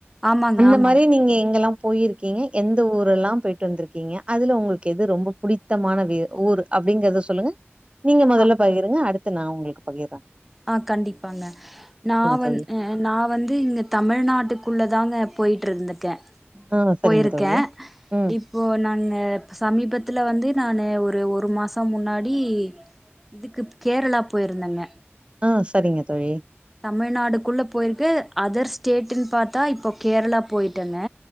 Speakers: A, in the centre; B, on the right (about 25°).
A: ஆமாங்க
B: அந்த
A: ஆமாங்க
B: மாரி நீங்க எங்கெல்லா போயிருக்கீங்க எந்த ஊரெல்லா போய்ட்டு வந்திருக்கீங்க அதுல உங்களுக்கு எது ரொம்ப புடித்தமான வியர் ஊர் அப்டிங்கறத சொல்லுங்க நீங்க மொதல்ல
A: ஆ
B: பகிருங்க அடுத்து நா உங்களுக்கு பகிர்றே
A: ஆ கண்டிப்பாங்க நா வந்
B: தோழி.
A: நா வந்து இங்க தமிழ்நாட்டுக்குள்ள தாங்க போயிட்டுருந்துக்கே
B: ஆ சரிங்க
A: போயிருக்கே
B: தோழி. ம்.
A: இப் இப்போ நானு சமீபத்துல வந்து நானு ஒரு ஒரு மாசோ முன்னாடி இதுக்கு கேரளா போயிருந்தங்க
B: ஆ சரிங்க தோழி
A: தமிழ்நாடுக்குள்ள போயிருக்கு அதர் ஸ்டேட்டுன்னு பாத்தா இப்போ கேரளா போயிட்டு வந்த